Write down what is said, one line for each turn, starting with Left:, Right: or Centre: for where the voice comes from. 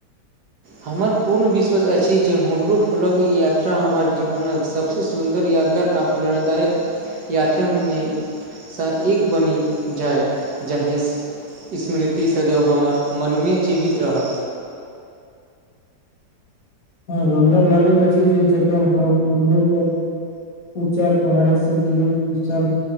Right: हमर पूर्ण विश्वास अछि जे हुनरो फलक ई यात्रा हमर जीवनक सभसँ सुन्दर यादगार आ प्रेरणादायक यात्राम सँ एक बनि जाय जाहि स्मृति सदैव हमर मनमे जीवित रह
Left: हँ हमरा लागैत अछि जे जखन हम उमर ऊँचा पहाड़ीसँ गीरित विशा